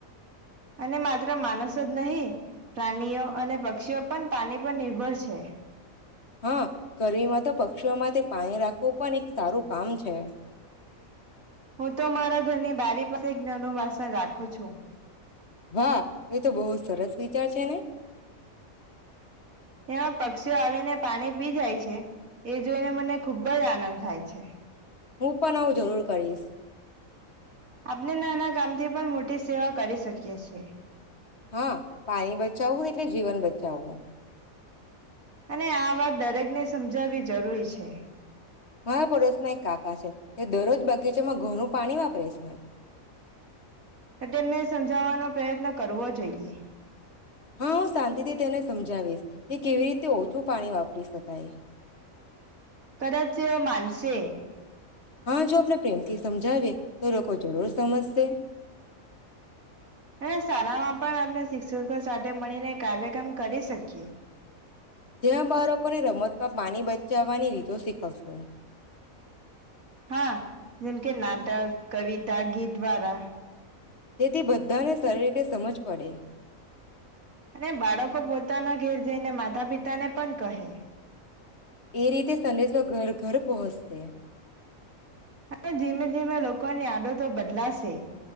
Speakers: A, on the right (about 80°); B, on the left (about 50°).
A: અને માત્ર માણસો જ નહી, પ્રાણીઓ અને પક્ષીઓ પણ પાણી પર નિર્ભર છે.
B: હા ગરમીમાં તો પક્ષીઓ માટે પાણી રાખવું પણ એક સારું કામ છે.
A: હું તો મારા ઘરની બારી પાસે એક નાનું વાસણ રાખું છું.
B: વાહ, એ તો બહુ સરસ વિચાર છે ને!
A: એમાં પક્ષીઓ આવીને પાની પી જાય છે, એ જોઈને મને ખૂબ જ આનંદ થાય છે.
B: હું પણ આવું જરૂર કરીશ.
A: આપને નાના કામથી પણ મોટી સેવા કરી સકીએ છીએ.
B: હા, પાણી બચાવવું એટલે જીવન બ ચાવવુ.
A: અને આ વાત દરેકને સમજાવવી જરૂરી છે.
B: મારા પડોસમાં એક કાકા છે, જે દરરોજ બગીચામાં ઘણું પાણી વાપરે છે.
A: તો તેમને સમજાવવાનો પ્રયત્ન કરવો જોઈએ.
B: હા, હું સાંતિથી તેને સમજાવીશ, કે કેવી રીતે ઓછું પાણી વાપરી શ કાય.
A: કદાચ જેવા માનશે.
B: હા જો અત્યાર પ્રેમથી સમજાવે ને તો લોકો જરૂર સમજશે.
A: અને શાળામાં પણ આપને શિક્ષકો સાથે મળીને કાર્યક્રમ કરી શકીએ.
B: જ્યાં બાળકોની રમત તો પાણી બચાવવાની રીતો શીખવશે.
A: હા, જેમ કે નાટક, કવિતા, ગીત દ્વારા.
B: જેથી બધાને સારી રીતે સમજ પડે.
A: અને બાળકો પોતાના ઘેર જઈને માતા પિતાને પણ કહે.
B: એ રીતે સંદેશો ઘર ઘર પહોંસશે.
A: અને ધીમે ધીમે લોકોની આદતો બદલાશે.